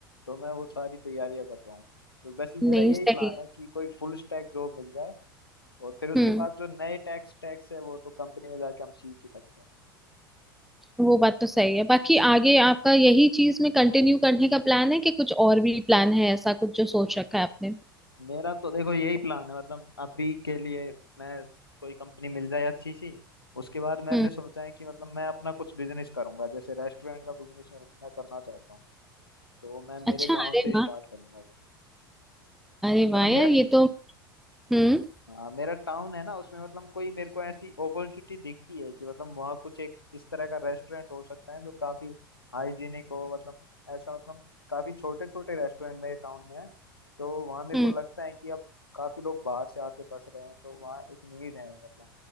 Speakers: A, on the left; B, in the centre.
A: तो मैं वो सारी तैयारियां कर रहा हूँ तो बस मेरा
B: नहीं
A: यही
B: सही
A: प्लान
B: है
A: है कि कोई फुल स्टैक जॉब मिल जाए और फिर उसके
B: हम्म
A: बाद जो नए टैक्स स्टैक्स है वो तो कंपनी में जाके हम सीख ही सकते हैं
B: वो बात तो सही है बाकी आगे आपका यही चीज में कंटिन्यू करने का प्लान है कि कुछ और भी प्लान है ऐसा कुछ जो सोच रखा है आपने
A: मेरा तो देखो यही प्लान है मतलब अभी के लिए मैं कोई कंपनी मिल जाए अच्छी सी उसके बाद मैंने
B: हम्म
A: सोचा है कि मतलब मैं अपना कुछ बिजनेस करूंगा जैसे रेस्टोरेंट का बिजनेस मैं करना चाहता हूँ तो मैं मेरे
B: अच्छा
A: गांव
B: अरे
A: से स्टार्ट
B: वाह
A: करूंगा वो
B: अरे
A: मतलब
B: वाह
A: मेरा
B: यार ये तो हम्म
A: हाँ, मेरा टाउन है ना उसमें मतलब कोई मेरे को ऐसी अपॉर्चुनिटी दिखती है कि मतलब वहाँ कुछ एक इस तरह का रेस्टोरेंट हो सकता है जो काफी हाइजीनिक हो मतलब ऐसा मतलब काफी छोटे छोटे रेस्टोरेंट मेरे टाउन में है तो वहाँ मेरे
B: हम्म
A: को लगता है कि अब काफी लोग बाहर से आके बस रहे हैं तो वहाँ एक नीड है मतलब